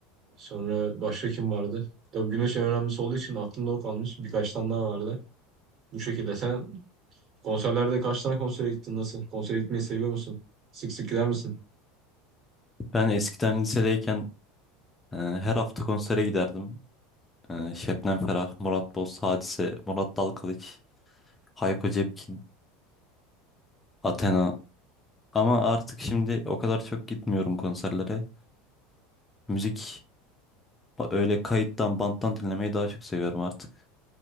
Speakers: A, on the right; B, on the left.
A: Sonra başka kim vardı? Tabii Güneş en önemlisi olduğu için aklımda o kalmış. Birkaç tane daha vardı. Bu şekilde. Sen konserlerde kaç tane konsere gittin? Nasıl? Konsere gitmeyi seviyor musun? Sık sık gider misin?
B: Ben eskiden lisedeyken e, her hafta konsere giderdim. E, Şebnem Ferah, Murat Boz, Hadise, Murat Dalkılıç, Hayko Cepkin, Athena. Ama artık şimdi o kadar çok gitmiyorum konserlere. Müzik ba- öyle kayıttan, banttan dinlemeyi daha çok seviyorum artık.